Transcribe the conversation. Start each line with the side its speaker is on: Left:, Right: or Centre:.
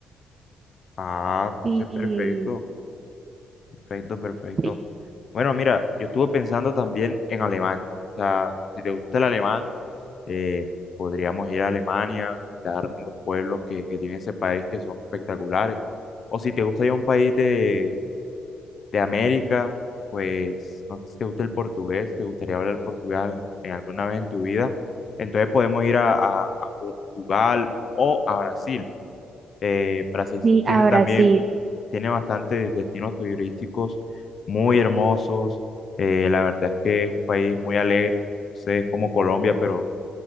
Left: Ah, entonces
Right: Y
Left: perfecto, perfecto, perfecto.
Right: sí,
Left: Bueno, mira, yo estuve pensando también en Alemania. O sea, si te gusta el alemán, eh, podríamos ir a Alemania, visitar los pueblos que, que tiene ese país que son espectaculares. O si te gusta ir a un país de, de América, pues no sé si te gusta el portugués, te gustaría hablar portugal en alguna vez en tu vida, entonces podemos ir a, a- a Portugal o a Brasil. Eh, Brasil
Right: sí,
Left: tiene
Right: a Brasil,
Left: también, tiene bastantes destinos turísticos muy hermosos, eh, la verdad es que es un país muy alegre, no sé, es como Colombia, pero